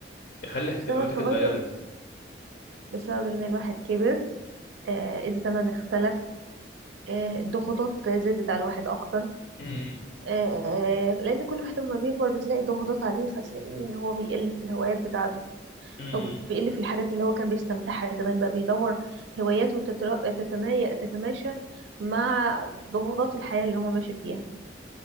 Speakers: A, on the left (about 60°); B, on the right (about 75°).
A: خلى اهتماماتك
B: بسبب تغير
A: اتغيرت؟
B: بسبب ان الواحد كبر آه، الزمن اختلف آه، الضغوطات زادت على الواحد اكتر
A: امم
B: آه، آه، لان كل واحد لما بيكبر بتلاقي ضغوطات عليه فتلاقيه ان هو بيقل في الهوايات بتاعته
A: امم
B: او بيقل في الحاجات اللي هو كان بيستمتعها زمان بقى بيدور هواياته تتر- تتماي- تتماشى مع ضغوطات الحياة اللي هو ماشي فيها